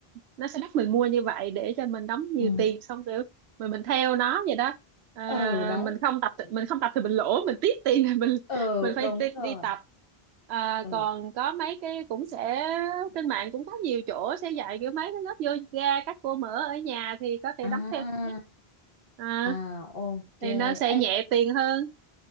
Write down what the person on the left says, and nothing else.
ừ.
Ừ, đấy.
Ừ,
Ừ,
đúng
rồi.
Ừ.
À,
à, ok.
Ê,